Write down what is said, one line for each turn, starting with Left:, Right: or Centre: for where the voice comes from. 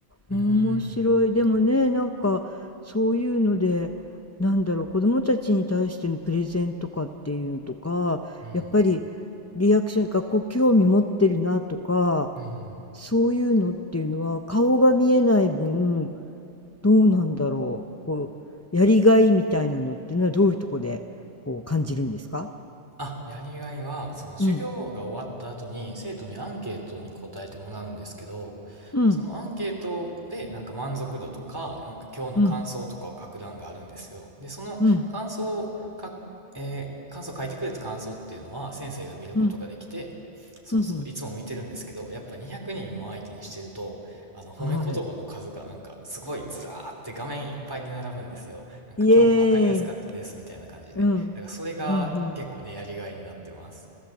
Right: うーん。
Left: 面白い。でもね、なんかそういうので、なんだろう、子供たちに対してのプレゼンとかっていうのとか、
Right: うん。
Left: やっぱりリアクションとか、こう興味持ってるなとか、
Right: うん。
Left: そういうのっていうのは顔が見えない分、どうなんだろう、こうやりがいみたいなのっていうのはどういうとこでこう感じるんですか？
Right: あ、やりがいは、その授業が終わった後に生徒にアンケートに答えてもらうんですけど、
Left: うん、うん、
Right: そのアンケートでなんか満足度とか、なんか今日の感想とかを書く欄があるんですよ。
Left: うん、
Right: で、その感想をか、
Left: うん、
Right: えー感想書いてくれた感想っていうのは先生が見ることができて、
Left: うん、
Right: そうそう、
Left: うん、うん、
Right: いつも見てるんですけど、やっぱ200人も相手にしてると、あの褒め言葉の数がなんかすごいずらーって画面いっぱいに並ぶんですよ。
Left: はい。
Right: なんか今日もわかりやすかったですみたいな感じで。
Left: イエーイ。うん、
Right: なんかそれが結構ね、
Left: うん、うん。
Right: やりがいになってます。